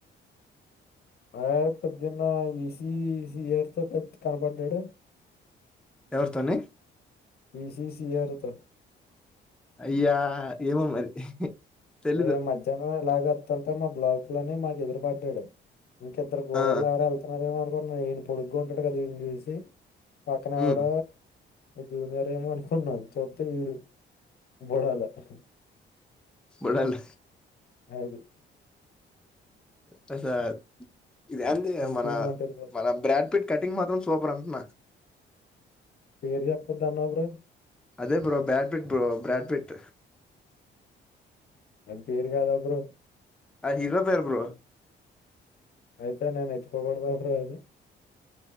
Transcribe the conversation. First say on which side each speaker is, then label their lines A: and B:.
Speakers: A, on the left; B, in the centre.
A: మ పొద్దున్న ఈసి సీయర్తో పె కనపడ్డాడు
B: ఎవల్తోనే
A: బిసిస అర్తో
B: అయ్యా ఏమ మరి తెలీదు
A: మ మధ్యాహ్నం ఇలాగ వస్తుంటో మా బ్లాక్ లోని మాకు ఎదురు పట్టాడు ఇంక ఇద్దరు గోదూరులు
B: ఆ
A: ఎవరు వెళ్తున్నారేమో అనుకుంటన్నా నేను పొడుగు ఉంటాడు కదా ఈని చూసి పక్కన ఎవడ
B: ఉమ్
A: జూనియర్ ఏమో అనుకున్నాను చూస్తే వీడు <unintelligible>
B: బడాల
A: అ
B: తస ఇది అ
A: టింగ్
B: మన
A: టింగ్ అంటాడు
B: మన బ్రాడ్ పీట్ కటింగ్ మాత్రం సూపర్ అంటున్నా
A: పేరు చెప్పొద్దు అన్నావు బ్రో
B: అదే బ్రో బ్రాడ్పిిట్ బ్రో బ్రాడ్పిిట్
A: అది పేరు కాదా బ్ర
B: ఆ హీరో పేరు బ్రో
A: అయితే నేను <unintelligible>